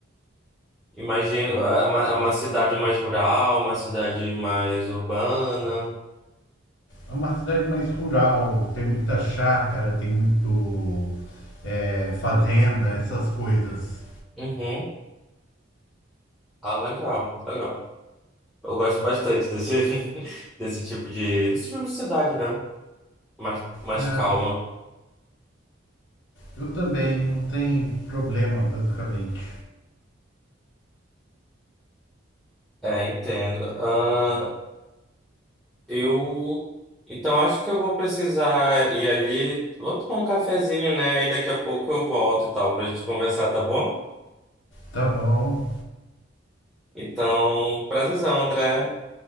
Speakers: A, in the centre; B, on the left (about 70°).
A: imagino, é é uma, é uma cidade mais rural, uma cidade mais urbana.
B: É uma cidade mais rural, tem muita chácara, tem muito é, fazenda, essas coisas.
A: Uhum. Ah, legal, legal. Eu gosto bastante desse, <laughs> desse tipo de, desse tipo de cidade, né? Mais, mais
B: É,
A: calma.
B: eu também, não tem problema, basicamente.
A: É, entendo. Ah, Eu. Então, acho que eu vou precisar ir ali. Vou tomar um cafezinho, né? E daqui a pouco eu volto e tal, pra gente conversar, tá bom?
B: Tá bom.
A: Então, prazerzão, André.